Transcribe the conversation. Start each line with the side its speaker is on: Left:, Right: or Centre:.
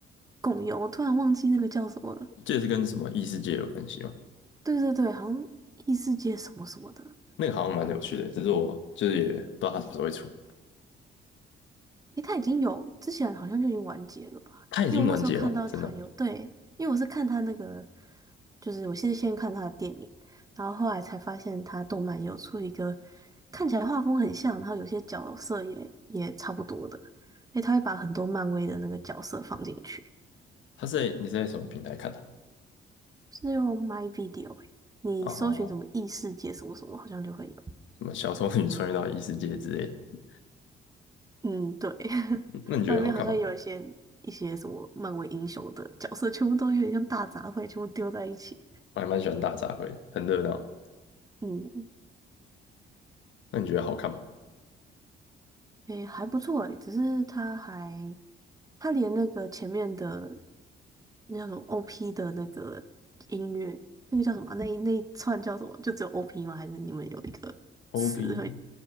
Right: 共油，我突然忘记那个叫什么了。
Left: 这也是跟什么异世界有关系吗？
Right: 对对对，好像异世界什么什么的。
Left: 那个好像蛮有趣的，只是我就是也不知道它什么时候会出。
Right: 诶，它已经有，之前好像就已经完结了吧？
Left: 它已经完结了，
Right: 因为我那时候看到它有，
Left: 真的哦。
Right: 对，因为我是看它那个，就是我是先看它的电影，然后后来才发现它动漫有出一个看起来画风很像，然后有些角色也也差不多的。诶，它会把很多漫威的那个角色放进去，
Left: 它是在你是在什么平台看的
Right: 是用 My Video，诶你搜寻什么异世界什么什么，
Left: 啊？哦，
Right: 好像就会有。
Left: 什么小丑女穿越到异世界之类的？嗯
Right: 嗯，对，<laughs>
Left: 那你觉得好看吗？
Right: 那里面好像有一些一些什么漫威英雄的角色，全部都有点像大杂烩，全部丢在一起。
Left: 我还蛮喜欢大杂烩，很热闹。
Right: 嗯，
Left: 那你觉得好看吗
Right: 诶，还不错诶，只是他还他连那个前面的那种 OP 的那个音乐，那个叫什么啊那一那一串叫什么？就只有 OP 吗？还是你们有一个词会？
Left: ？OP